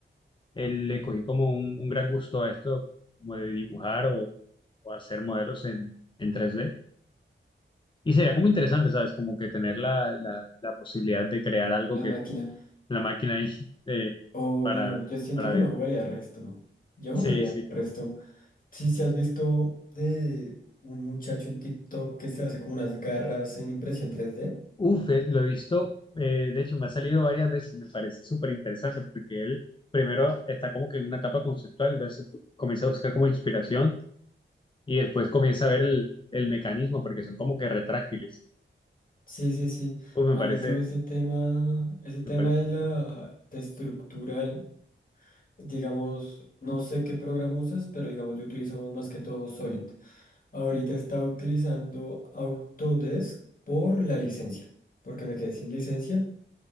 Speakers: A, on the left; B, on the left.
A: eh, le cogí como un, un gran gusto a esto, como de dibujar o, o hacer modelos en, en tres d Y sería como interesante, ¿sabes? Como que tener la, la, la posibilidad de crear algo
B: La máquina.
A: la máquina ahí eh,
B: Obvio,
A: para,
B: yo siento
A: para
B: que
A: dibujar.
B: no jugaría resto. Yo
A: Sí,
B: jugaría
A: sí.
B: resto. Sí, sí, has visto de un muchacho en TikTok que se hace como unas garras en impresión 3D.
A: Uf, eh, lo he visto, eh, de hecho me ha salido varias veces y me parece súper interesante porque él primero está como que en una etapa conceptual, entonces pu- comienza a buscar como inspiración y después comienza a ver el, el mecanismo porque son como que retráctiles.
B: Sí, sí, sí.
A: Uf, me
B: A
A: parece,
B: mí todo ese tema, ese tema
A: me parece.
B: de la de estructural, digamos, no sé qué programa usas, pero digamos, yo utilizo más que todo Solid. Ahorita estaba utilizando Autodesk por la licencia, porque me quedé sin licencia